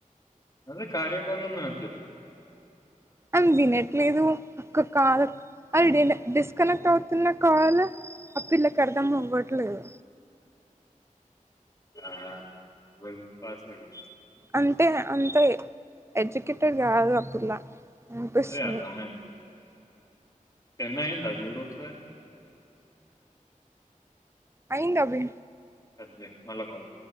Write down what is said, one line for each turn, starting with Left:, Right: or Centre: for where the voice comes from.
Left: అది కార్యకోలంన్న చేప్పు
Right: అని తినట్లేదు అక్క కాల అది డిలే డిస్కనెక్ట్ అవుతున్న కాల్ ఆ పిల్లకి అర్ధం అవ్వట్లేదు
Left: ఆ ట్వల్వ్ పాస్ ఐన
Right: అంటే అంతే ఎడ్యుకేటెడ్ గాదు ఆ పిల్ల అనిపిస్తుంది
Left: అవ్వే అ రమ్మేయన్ టెన్ అయిందా జూడు ఒకసారి
Right: అయింది అభి
Left: కట్ జేయ్ మళ్ళా కాల్